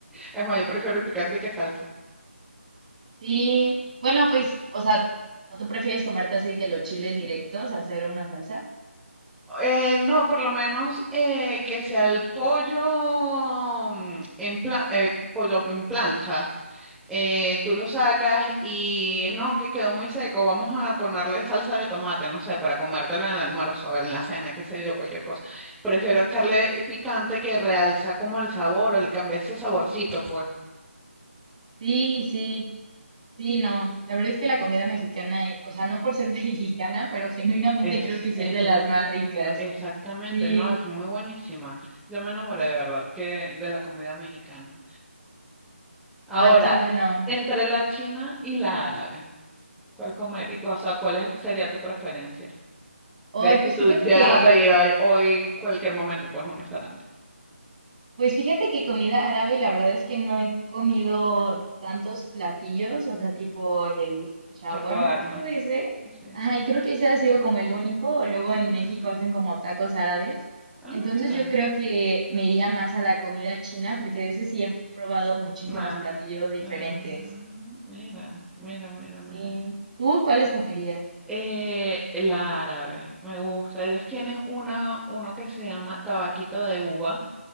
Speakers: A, in the centre; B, on the right.
A: Es más, yo prefiero el picante que salsa.
B: Sí, bueno, pues, o sea, ¿o tú prefieres comerte así que los chiles directos hacer una salsa?
A: Eh, no, por lo menos eh, que sea el pollo mm, en, pla- eh, pollo en plancha. Eh, tú lo sacas y no, que quedó muy seco. Vamos a ponerle salsa de tomate, no sé, para comértelo en el almuerzo, en la cena, qué sé yo, cualquier cosa. Prefiero echarle picante que realza como el sabor o le cambia ese saborcito, pues.
B: Sí, sí, sí, no. La verdad es que la comida mexicana, eh, o sea, no por ser <laughs> mexicana, pero genuinamente
A: Es,
B: creo que sí
A: es
B: es de
A: buenísima,
B: las más ricas.
A: exactamente,
B: Sí,
A: no, es muy buenísima. Yo me enamoré de verdad que de la comida mexicana. Ahora,
B: ay, qué bueno.
A: entre la china y la árabe, ¿cuál comería? O sea, ¿cuál es- sería tu preferencia?
B: Hoy,
A: De
B: pues
A: si tú
B: fíjate
A: llegas
B: que
A: a pedir hoy, hoy cualquier momento, pues un restaurante.
B: Pues fíjate que comida árabe, la verdad es que no he comido tantos platillos, o sea, tipo el shawarma,
A: Shawarma.
B: creo ese.
A: Sí.
B: Ajá, y creo que ese ha sido como el único. Luego
A: Ah,
B: en
A: mira.
B: México hacen como tacos árabes.
A: Ah,
B: Entonces
A: mira.
B: yo creo que me iría más a la comida china, porque de ese sí he probado muchísimos
A: Más.
B: platillos diferentes.
A: Ah, mira, mira, mira,
B: Sí.
A: mira.
B: ¿Tú cuál escogerías?
A: Eh, la árabe, me gusta. Ellos tienen una, uno que se llama tabaquito de uva.